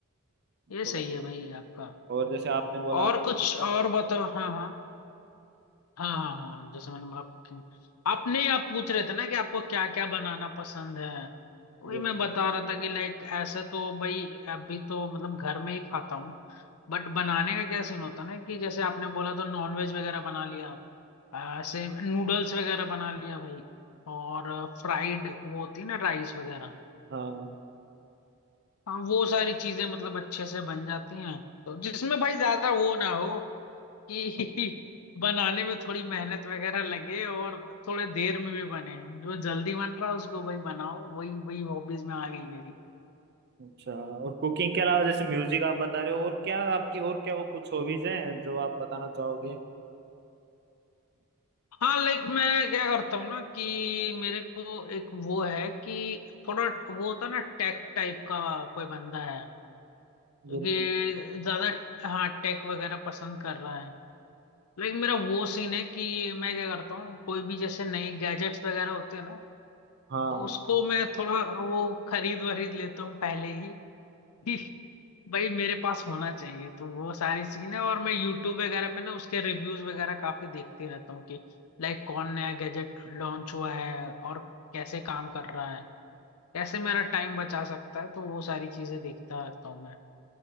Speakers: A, on the left; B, on the right.
A: ये
B: बोलो
A: सही है भाई आपका
B: और जैसे आपने बोला
A: और
B: आपको
A: कुछ
B: कुकिंग
A: और
B: पसंद
A: बताओ हाँ हाँ हाँ हाँ हाँ जैसे मैंने बोला कुकिंग आपने आप पूछ रहे थे ना कि आपको क्या क्या बनाना पसंद है
B: है
A: वही
B: बिल्कुल
A: मैं बता रहा था कि लाइक ऐसे तो भाई अभी तो मतलब घर में ही खाता हूँ बट बनाने का क्या सीन होता है ना कि जैसे आपने बोला तो नॉनवेज वगैरह बना लिया आ, ऐसे नूडल्स वगैरह बना लिया भाई और फ्राइड वो होती है ना राइस वगैरह
B: हाँ
A: हाँ वो सारी चीजें मतलब अच्छे से बन जाती हैं तो जिसमें भाई ज्यादा वो ना हो कि <laughs> बनाने में थोड़ी मेहनत वगैरह लगे और थोड़े देर में भी बने जो जल्दी बन रहा है उसको वही बनाओ वही वही हॉबीज में आ गई मेरी
B: अच्छा और कुकिंग के अलावा जैसे म्यूजिक आप बता रहे हो और क्या आपकी और क्या वो कुछ हॉबीज हैं जो आप बताना चाहोगे
A: हाँ लाइक मैं क्या करता हूँ ना कि मेरे को एक वो है कि थोड़ा वो होता है ना टेक टाइप का कोई बंदा है क्योंकि
B: बिल्कुल
A: ज्यादा हाँ टेक वगैरह पसंद कर रहा है लेकिन मेरा वो सीन है कि मैं क्या करता हूँ कोई भी जैसे नए गैजेट्स वगैरह होते हैं ना
B: हाँ
A: तो उसको मैं थोड़ा वो खरीद वरीद लेता हूँ पहले ही <laughs> भाई मेरे पास होना चाहिए तो वो सारी सीन है और मैं यूट्यूब वगैरह पे ना उसके रिव्यूज वगैरह काफी देखते रहता हूँ कि लाइक कौन नया गैजेट लॉन्च हुआ है और कैसे काम कर रहा है कैसे मेरा टाइम बचा सकता है तो वो सारी चीजें देखता रहता हूँ मैं